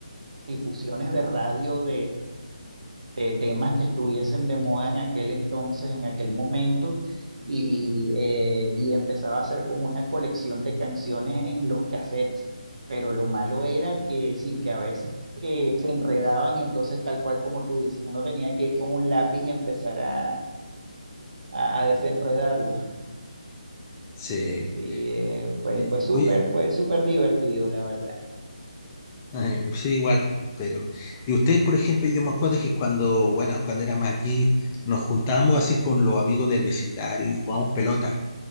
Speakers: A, on the right; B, on the left.
A: difusiones de radio de temas que estuviesen de moda en aquel entonces, en aquel momento, y, eh, y empezaba a hacer como una colección de canciones en los cassettes. Pero lo malo era que sí, que a veces eh, se enredaban y entonces tal cual como tú dices, uno tenía que ir con un lápiz y empezar a, a, a desenredarlo.
B: Sí.
A: Eh, sí, eh, fue,
B: Y-
A: fue súper,
B: Oye,
A: fue súper divertido, la verdad.
B: ay, sí, igual, pero... Y ustedes, por ejemplo, yo me acuerdo que cuando, bueno, cuando era más niño, nos juntábamos así con los amigos del vecindario y jugábamos pelota.